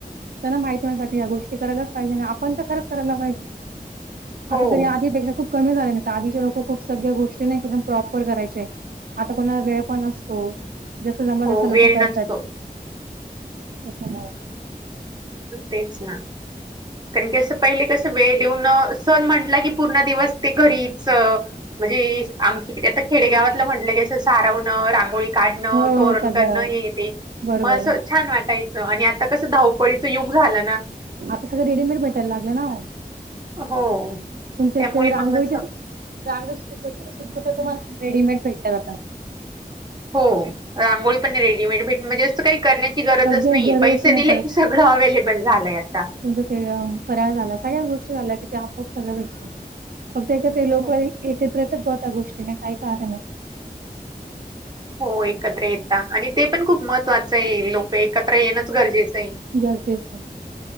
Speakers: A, on the right; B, on the right.
A: त्यांना माहितीसाठी या गोष्टी करायलाच पाहिजे आणि आपण तर खरंच करायला पाहिजे
B: हो
A: आता तरी आधीपेक्षा खूप कमी झाल्या नाही तर आधीचे लोक खूप सगळ्या गोष्टी नाही एकदम प्रॉपर करायचे आता कोणाला वेळ पण असतो जस जमला
B: हो
A: जस
B: वेळ
A: लोक करतात
B: नसतो
A: अचछ ना
B: तेच ना कारण की, असं पहिले कसं वेळ देऊन सण म्हटला की, पूर्ण दिवस ते घरीच म्हणजे आमच्याकडं आता खेडेगावातलं म्हटलं की असं सारवणं, रांगोळी काढण,
A: हो
B: तोरण
A: सगळं
B: करणं हे येते,
A: बरोबर
B: मग अस छान वाटायचं, आणि आता कसं धावपळीचं युग झालं ना
A: आता सगळं रेडीमेड भेटायला लागलं ना.
B: हो.
A: तुमच्या
B: त्यामुळे
A: इकडे रांगोळीचे,
B: मग असं
A: रांगोळी सुद्धा तुम्हाला रेडीमेड भेटतात आता.
B: हो रांगोळी पण रेडीमेड भेट म्हणजे असं काही करण्या ची गरजच
A: सगळे
B: नाहीये
A: गरज
B: पैसे
A: नाही
B: दिले की सगळं अवे्लेबल झालंय आता.
A: म्हणज ते फराळ झाला, सगळ्या गोष्टी झाल्या कि ते आपोआप सगळं भेटत. फक्त एकदा ते लोक
B: हो
A: एकत्र येतात त्या गोष्टी काही का आणायला.
B: हो एकत्र येता, आणि ते पण खूप महत्त्वाचं आहे. लोक एकत्र येणंच गरजेचं आहे.
A: गरजेच